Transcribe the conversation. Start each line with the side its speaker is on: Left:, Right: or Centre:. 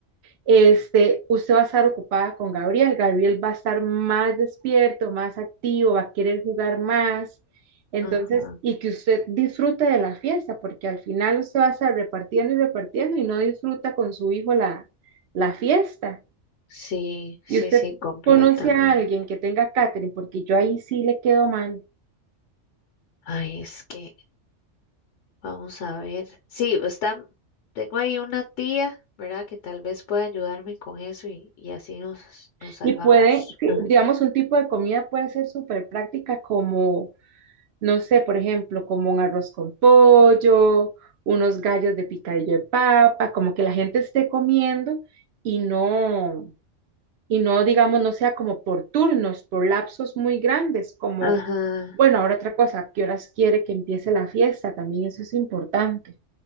Right: este, usted va a estar ocupada con Gabriel, Gabriel va a estar más despierto, más activo, va a querer jugar más, entonces,
Left: ajá.
Right: y que usted disfrute de la fiesta, porque al final usted va a estar repartiendo y repartiendo y no disfruta con su hijo la, la fiesta.
Left: Sí, sí,
Right: Y usted
Left: sí, completamente.
Right: conoce a alguien que tenga catering, porque yo ahí sí le quedo mal.
Left: Ay, es que, vamos a ver. Sí, está, tengo ahí una tía, ¿verdad? Que tal vez pueda ayudarme con eso y, y así nos, nos salvamos.
Right: Y puede, sí,
Left: Ajá.
Right: digamos, un tipo de comida puede ser súper práctica como no sé, por ejemplo, como un arroz con pollo, unos gallos de picadillo de papa, como que la gente esté comiendo y no, y no, digamos, no sea como por turnos, por lapsos muy grandes, como,
Left: Ajá.
Right: bueno, ahora otra cosa, ¿a qué horas quiere que empiece la fiesta? También eso es importante,